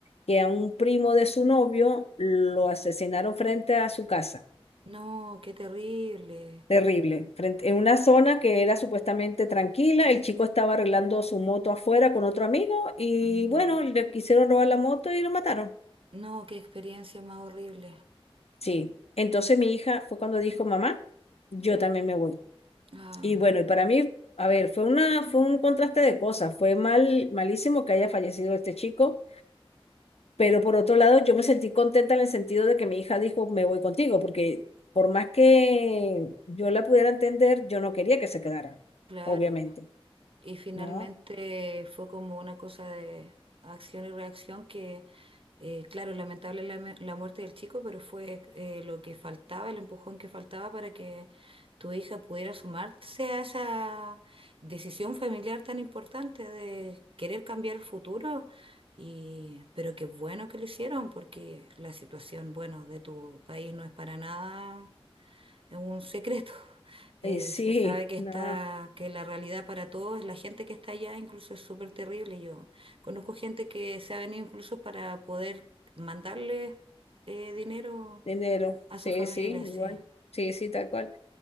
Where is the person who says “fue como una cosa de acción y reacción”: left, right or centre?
Right